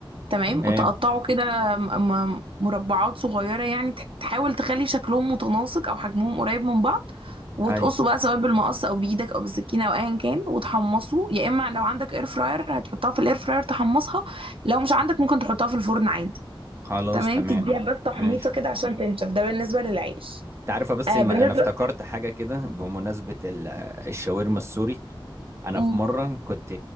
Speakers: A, on the right; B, on the right.
A: تمام
B: تمام
A: وتقطعه كده م- م- مربعات صغيرة يعني تح- تحاول تخلي شكلهم متناسق أو حجمهم قريب من بعض وتقصه
B: ايوه
A: بقى سواء بالمقص أو بإيدك أو بالسكينة أو أيا كان وتحمصه يا إما لو عندك إير فراير هتحطها في الإير فراير تحمصها لو مش عندك ممكن تحطها في الفرن عادي
B: خلاص
A: تمام
B: تمام
A: تديها بس تحميطة
B: ماشي
A: كده عشان تنشف ده بالنسبة للعيش
B: انت عارفه بس
A: آه
B: ما-
A: بالنسبة
B: انا افتكرت حاجه كده بمناسبه ال- الشاورما السوري انا
A: مم.
B: في مره كنت